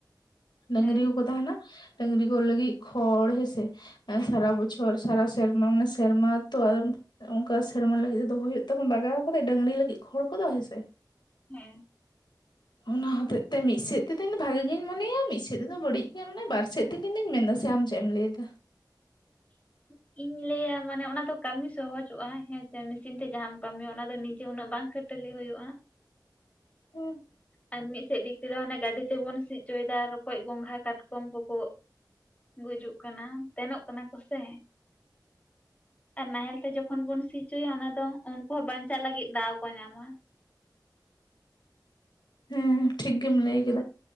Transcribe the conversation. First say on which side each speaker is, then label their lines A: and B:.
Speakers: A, on the left; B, on the left.
A: ᱰᱟᱹᱝᱨᱤ
B: ᱦᱮᱸ
A: ᱠᱚᱠᱚ ᱛᱟᱦᱮᱱᱟ, ᱰᱟᱹᱝᱨᱤ ᱠᱚ ᱞᱟᱹᱜᱤᱫ ᱠᱷᱚᱲ ᱦᱮ ᱥᱮ ᱥᱟᱨᱟ ᱵᱚᱪᱚᱨ ᱥᱟᱨᱟ ᱥᱮᱨᱢᱟ ᱢᱟᱱᱮ ᱥᱮᱨᱢᱟ ᱛᱚ ᱟᱨ ᱚᱝᱠᱟ ᱥᱮᱨᱢᱟ ᱞᱟᱹᱜᱤᱫ ᱫᱚᱦᱚᱭ ᱦᱩᱭᱩᱜ ᱛᱟᱵᱚᱱ ᱵᱟᱜᱟᱣ ᱠᱟ ᱠᱟᱛᱮ ᱰᱟᱹᱝᱨᱤ ᱞᱟᱹᱜᱤᱫ ᱠᱷᱚᱲ ᱠᱚᱫᱚ ᱦᱮᱸᱥᱮ᱾
B: ᱦᱮᱸ
A: ᱚᱱᱟ ᱦᱚᱛᱮᱡ ᱛᱮ ᱢᱤᱫ ᱥᱮᱫ ᱛᱮᱫᱚ ᱵᱷᱟᱜᱤ ᱜᱤᱧ ᱢᱚᱱᱮᱭᱟ ᱢᱤᱫ ᱥᱮᱫ ᱛᱮᱫᱚ ᱵᱟᱹᱲᱤᱡ ᱜᱮᱭᱟ ᱢᱟᱱᱮ ᱵᱟᱨ ᱥᱮᱫ ᱛᱮ ᱤᱱᱟᱹᱧ ᱢᱮᱱᱮᱫᱟ ᱥᱮ ᱟᱢ ᱪᱮᱫ ᱮᱢ ᱞᱟᱹᱭ ᱮᱫᱟ?
B: <inaudible> ᱤᱧ ᱞᱟᱹᱭᱟ ᱢᱟᱱᱮ ᱚᱱᱟ ᱫᱚ ᱠᱟᱹᱢᱤ ᱥᱚᱦᱚᱡᱚᱜ-ᱟ, ᱦᱮᱸ ᱥᱮ ᱢᱮᱥᱤᱱ ᱛᱮ ᱡᱟᱦᱟᱸᱢ ᱠᱟᱹᱢᱤ ᱚᱱᱟ ᱫᱚ ᱱᱤᱡᱮ ᱩᱱᱟᱹᱜ ᱵᱟᱝ ᱠᱷᱟᱹᱴ ᱴᱟᱞᱤ ᱦᱩᱭᱩᱜ-ᱟ᱾
A: ᱦᱩᱸ
B: ᱟᱨ ᱢᱤᱫᱥᱮᱫ ᱫᱤᱠ ᱛᱮᱫᱚ ᱦᱟᱱᱮ ᱜᱟᱹᱰᱤ ᱛᱮᱵᱚᱱ ᱥᱤᱜ ᱚᱪᱚᱭᱮᱫᱟ ᱨᱚᱠᱚᱡ, ᱜᱚᱝᱜᱷᱟ, ᱠᱟᱴᱠᱚᱢ, ᱠᱚᱠᱚ ᱜᱩᱡᱩᱜ ᱠᱟᱱᱟ, ᱛᱮᱱᱚᱜ ᱠᱟᱱᱟ ᱠᱚᱥᱮ᱾ ᱟᱨ ᱱᱟᱦᱮᱞ ᱛᱮ ᱡᱚᱠᱷᱚᱱ ᱵᱚᱱ ᱥᱤᱪᱚᱭᱟ ᱚᱱᱟ ᱫᱚ ᱩᱱᱠᱩ ᱦᱚᱸ ᱵᱟᱧᱪᱟᱜ ᱞᱟᱹᱜᱤᱫ ᱫᱟᱣ ᱠᱚ ᱧᱟᱢᱟ᱾
A: ᱦᱮᱸ ᱴᱷᱤᱠ ᱜᱮᱢ ᱞᱟᱹᱭ ᱠᱟᱫᱟ,